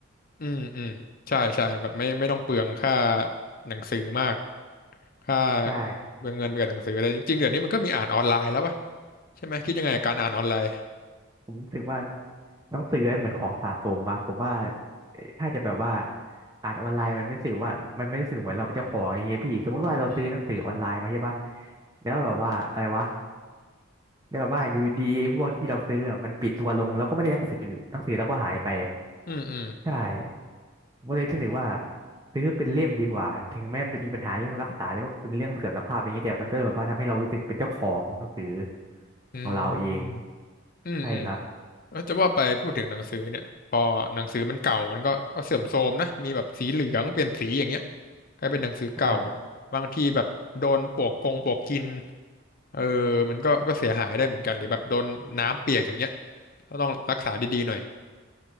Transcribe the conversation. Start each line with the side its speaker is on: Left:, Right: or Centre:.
Left: อืมอืมใช่ใช่แบบไม่ไม่ต้องเปลืองค่าหนังสือมากค่า
Right: ใช่
Left: เปลืองเงินไปกับหนังสืออะไรจริงๆเดี๋ยวนี้มันก็มีอ่านออนไลน์แล้วป่ะใช่ไหมคิดยังไงกับการอ่านออนไลน์
Right: ผมรู้สึกว่าหนังสือเหมือนของสะสมอะผมว่าเอ่อถ้าจะแบบว่าอ่านออนไลน์มันไม่รู้สึกว่ามันไม่รู้สึกเหมือนเราเป็นเจ้าของอะไรเงี้ยพี่สมมติว่าเราซื้อหนังสือออนไลน์มาใช่ปะ
Left: อืม
Right: แล้วแบบว่าอะไรวะแล้วแบบว่าอยู่ดีๆไอ้พวกที่เราซื้ออะมันปิดตัวลงแล้วก็ไม่ได้หนังสือหนังสือแล้วก็หายไป
Left: อืมอืม
Right: ใช่ ผมก็เลยรู้สึกว่าซื้อเป็นเล่มดีกว่าถึงแม้มันจะมีปัญหาเรื่องรักษาหรือว่าเป็นเรื่องเสื่อมสภาพอย่างเงี้ยแต่มันก็แบบว่าทำให้เรารู้สึกเป็นเจ้าของหนังสือ
Left: อื
Right: ของเราเอง
Left: มอืมอืม
Right: ใช่ครับ
Left: เอ้ยจะว่าไปพูดถึงหนังสือเนี่ยพอหนังสือมันเก่ามันก็ก็เสื่อมโทรมนะมีแบบสีเหลืองเปลี่ยนสีอย่างเงี้ยกลายเป็นหนังสือเก่า
Right: ใช่
Left: บางทีแบบโดนปลวกกงปลวกกินเออมันก็ก็เสียหายได้เหมือนกันหรือแบบโดนน้ำเปียกอย่างเงี้ยก็ต้องรักษาดีๆหน่อย